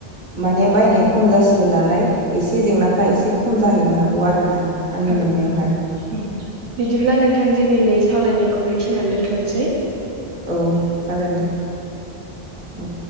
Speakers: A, on the right; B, on the right.
A: माने बायनाया खम जासिगोन नालाय एसे जेंनाफ्रा एसे खम जाहैनो हागौ आरोना आंनि
B: ओं
A: मोननायावहाय
B: बिदिब्ला नोंथां दिनैनि सावरायनायखौ बेखिनियावनो दोन्थ'नोसै
A: औ जागोन दे औ